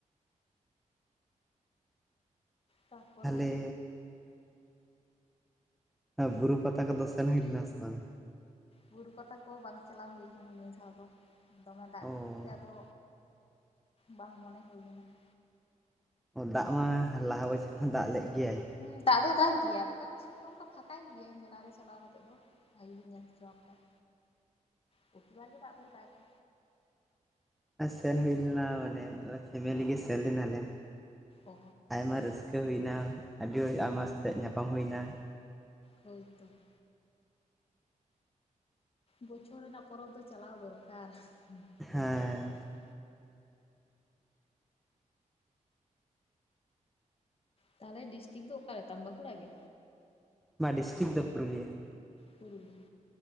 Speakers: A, on the left; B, in the centre.
A: ᱛᱟ ᱯᱚᱨᱮ
B: ᱛᱟᱦᱚᱞᱮ ᱵᱩᱨᱩ ᱯᱟᱛᱟ ᱠᱚᱫᱚ ᱥᱮᱱ ᱦᱩᱭ ᱞᱮᱱᱟ ᱵᱟᱝ?
A: ᱵᱩᱨᱩ ᱯᱟᱛᱟ ᱠᱚ ᱵᱟᱝ ᱪᱟᱞᱟᱣ ᱦᱩᱭ ᱠᱟᱱᱟ ᱱᱤᱭᱟᱹ ᱫᱷᱟᱣ ᱫᱚ ᱾ ᱫᱚᱢᱮ ᱫᱟᱜ
B: ᱚ
A: ᱠᱷᱟᱹᱛᱤᱨ ᱛᱮ ᱟᱫᱚ ᱵᱟᱝ ᱢᱚᱱᱮ ᱦᱩᱭ ᱞᱮᱱᱟ ᱾
B: ᱫᱟᱜ ᱢᱟ ᱞᱟᱦᱟ ᱵᱚᱪᱷᱚᱨ ᱦᱚᱸ ᱫᱟᱜ ᱞᱮᱜ ᱜᱮᱭᱟᱭ
A: ᱦᱮᱸ ᱫᱟᱜ ᱫᱚᱭ ᱫᱟᱜ ᱜᱮᱭᱟ, ᱟᱫᱚ ᱚᱠᱟ ᱠᱚᱥᱮᱪ ᱫᱚ ᱚᱱᱠᱟ ᱯᱷᱟᱸᱠᱟᱭ ᱜᱮᱭᱟᱭ ᱢᱮᱞᱟ ᱨᱮ ᱪᱟᱞᱟᱣ ᱠᱟᱛᱮᱜ ᱫᱚ ᱾ ᱵᱷᱟᱜᱤ ᱜᱮ ᱧᱮᱞ ᱦᱚᱪᱚ ᱠᱚᱭᱟᱭ, ᱯᱨᱚᱛᱤ ᱵᱟᱨ ᱜᱮ ᱫᱟᱜ ᱫᱚ ᱫᱟᱜᱟ
B: ᱥᱮᱱ ᱦᱩᱭ ᱞᱮᱱᱟ ᱢᱟᱱᱮ ᱯᱷᱮᱢᱮᱞᱤ ᱜᱮ ᱥᱮᱱ ᱞᱮᱱᱟᱞᱮ
A: ᱚ
B: ᱟᱭᱢᱟ ᱨᱟᱹᱥ ᱠᱟᱹ ᱦᱩᱭ ᱱᱟ, ᱟᱹᱰᱤ ᱟᱭᱢᱟ ᱥᱟᱛᱮᱫ ᱧᱟᱯᱟᱢ ᱦᱩᱭ ᱱᱟ ᱾
A: ᱦᱳᱭ ᱛᱚ ᱾ ᱵᱚᱪᱷᱚᱨ ᱨᱮᱱᱟᱜ ᱯᱚᱨᱚᱵᱽ ᱫᱚ ᱪᱟᱞᱟᱣ ᱫᱚᱨᱠᱟᱨ,
B: ᱦᱮᱸ
A: ᱧᱮᱞ ᱫᱚᱨᱠᱟᱨ ᱾ ᱛᱟᱦᱚᱞᱮ ᱰᱤᱥᱴᱤᱠ ᱫᱚ ᱚᱠᱟᱨᱮ ᱛᱟᱢ ᱵᱟᱠᱩᱲᱟ ᱜᱮ
B: ᱵᱟ ᱰᱤᱥᱴᱤᱠ ᱫᱚ ᱯᱩᱨᱩᱞᱤᱭᱟᱹ ᱾
A: ᱯᱩᱨᱩᱞᱤᱭᱟᱹ